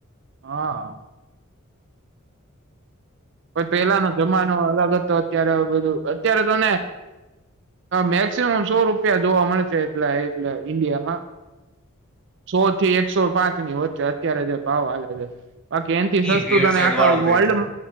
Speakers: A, on the right; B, in the centre.
A: હા કો પેલાનો જમાનો અલગ જ તો અત્યારે બધું અત્યારે તોને મેક્સિમમ સો રૂપિયા જોવા મળશે એટલે એટલે ઈન્ડિયામાં સો થી એકસો પાંચ ની વચ્ચે અત્યારે જે ભાવ આવે છે બાકી એનથી
B: ઈ
A: સસ્તું
B: ભેળસેળ
A: અને આખા
B: વાળું પેટ્રોલ
A: વર્લ્ડ